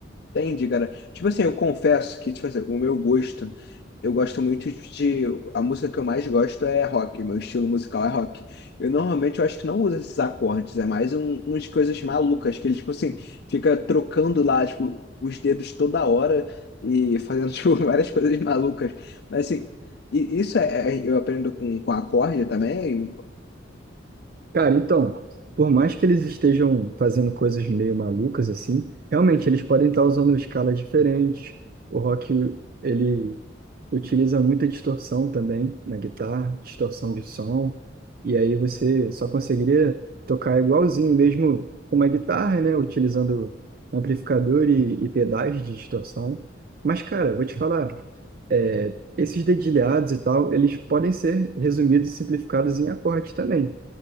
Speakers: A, on the left; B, on the right.
A: Entendi, cara. Tipo assim, eu confesso que, tipo assim, o meu gosto, eu gosto muito de. A música que eu mais gosto é rock, meu estilo musical é rock. Eu normalmente eu acho que não uso esses acordes, é mais um, umas coisas malucas, que ele, tipo assim, fica trocando lá, tipo, os dedos toda hora e fazendo, <laughs> tipo, várias coisas malucas. Mas assim, e- isso é, é- eu aprendo com, com acorde também.
B: Cara, então, por mais que eles estejam fazendo coisas meio malucas assim, realmente eles podem estar usando escalas diferentes. O rock, ele utiliza muita distorção também na guitarra, distorção de som, e aí você só conseguiria tocar igualzinho mesmo com uma guitarra, né, utilizando amplificador e, e pedais de distorção. Mas, cara, vou te falar, é, esses dedilhados e tal, eles podem ser resumidos e simplificados em acordes também.